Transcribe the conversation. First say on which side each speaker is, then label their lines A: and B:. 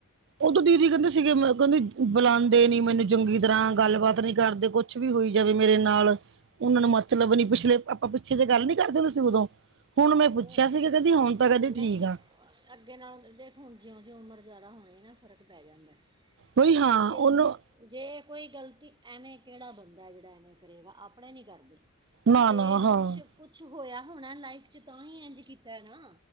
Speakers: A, on the right; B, on the right.
A: ਉਦੋਂ ਦੀਦੀ ਕਹਿੰਦੇ ਸੀਗੇ ਕਹਿੰਦੀ ਬੁਲਾਉਂਦੇ ਨੀ ਮੈਨੂੰ ਚੰਗੀ ਤਰ੍ਹਾਂ ਗੱਲਬਾਤ ਨੀ ਕਰਦੇ ਕੁਛ ਵੀ ਹੋਈ ਜਾਵੇ ਮੇਰੇ ਨਾਲ ਉਹਨਾਂ ਨੂੰ ਮਤਲਬ ਨੀ ਪਿਛਲੇ ਆਪਾਂ ਪਿੱਛੇ ਜੇ ਗੱਲ ਨੀ ਕਰਦੇ ਹੁੰਦੇ ਸੀ ਉਦੋਂ। ਹੁਣ
B: ਆਹੋ
A: ਮੈਂ ਪੁੱਛਿਆ ਸੀਗਾ ਕਹਿੰਦੀ ਹੁਣ ਤਾਂ ਕਦੀ
B: ਨਹੀਂ
A: ਠੀਕ ਆ।
B: ਅੱਗੇ ਨਾਲੋਂ ਦੇਖ ਹੁਣ ਜਿਉਂ ਜਿਉਂ ਉਮਰ ਜ਼ਿਆਦਾ ਹੋਣੀ ਨਾ ਫ਼ਰਕ ਪੈ ਜਾਂਦਾ।
A: ਬਈ ਹਾਂ
B: ਤੇ ਜੇ ਕੋਈ
A: ਉਹਨੂੰ
B: ਜੇ ਕੋਈ ਗਲਤੀ ਐਵੇਂ ਕਿਹੜਾ ਬੰਦਾ ਜਿਹੜਾ ਐਵੇਂ ਕਰੇਗਾ ਆਪਣੇ ਨਹੀਂ ਕਰਦੇ
A: ਨਾ
B: ਜੇ
A: ਨਾ
B: ਕੁਛ
A: ਹਾਂ
B: ਕੁਛ ਹੋਇਆ ਹੋਣਾ ਲਾਈਫ ਚ ਤਾਂ ਹੀ ਇੰਝ ਕੀਤਾ ਨਾ।